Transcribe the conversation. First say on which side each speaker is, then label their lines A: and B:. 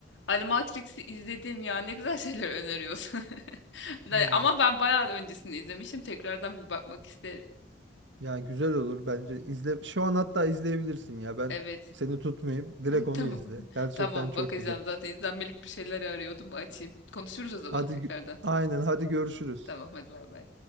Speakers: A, on the left (about 80°); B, on the right (about 75°).
A: Animatrix'i izledim ya. Ne güzel şeyler öneriyorsun. <laughs> Da-
B: yani
A: Ama ben bayağı öncesini izlemişim. Tekrardan bir bakmak isterim.
B: Ya güzel olur bence. izle. Şu an hatta izleyebilirsin ya. Ben
A: Evet.
B: seni tutmayayım. Direkt
A: <laughs>
B: onu
A: Tamam.
B: izle.
A: <laughs>
B: Gerçekten
A: Tamam
B: çok
A: bakacağım.
B: güzel.
A: Zaten izlenmelik bir şeyler arıyordum. Açayım. Konuşuruz o zaman
B: Hadi
A: tekrardan.
B: gü- aynen hadi görüşürüz.
A: Tamam hadi bay bay.